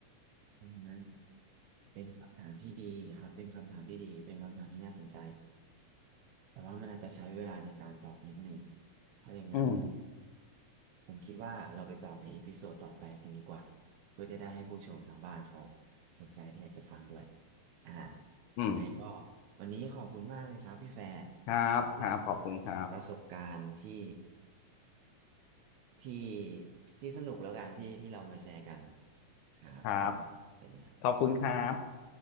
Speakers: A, on the right; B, on the left.
A: อืมเป็นคำถามที่ดีครับเป็นคำถามที่ดีเป็นคำถามที่น่าสนใจ แต่ว่ามันอาจจะใช้เวลาในการตอบนิดนึงถ้าอย่างนั้น
B: อืม
A: ผมคิดว่าเราไปต่อในเอพิโซดต่อไปกันดีกว่า เพื่อจะได้ให้ผู้ชมทางบ้านเขาสนใจที่อยากจะฟังด้วยอ่า
B: อืม
A: ยังไงก็วันนี้ขอบคุณมากเลยครับพี่แฟร์
B: ครับครับขอบคุณครับ
A: สำหรับประสบการณ์ที่ที่ที่สนุกแล้วกันที่ที่เรามาแชร์กันครับขอบคุณสวัสดีครับ
B: ครับขอบคุณครับ